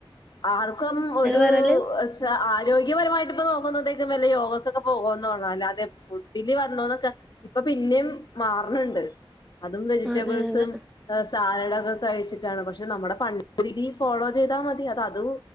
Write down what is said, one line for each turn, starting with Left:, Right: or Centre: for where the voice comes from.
Left: ആർക്കും ഒരൂ
Centre: പറഞ്ഞാലും
Left: ച്ചാ ആരോഗ്യപരമായിട്ട് ഇപ്പ നോക്കുന്നതേക്കും വെല്ല യോഗക്കൊക്കെ പോവ്ന്നോണ്ടാ അല്ലാതെ ഫു ഡില് വന്നതോക്കെ ഇപ്പൊ പിന്നിം മാറ്ണ് ണ്ട് അതും വെജിറ്റബിൾസും
Centre: അതെ അതെ
Left: സാലഡൊക്കെ കഴിച്ചിട്ടാണ് പക്ഷെ നമ്മുടെ <unintelligible> രീതി ഫോളോ ചെയ്താ മതി അതാ അത്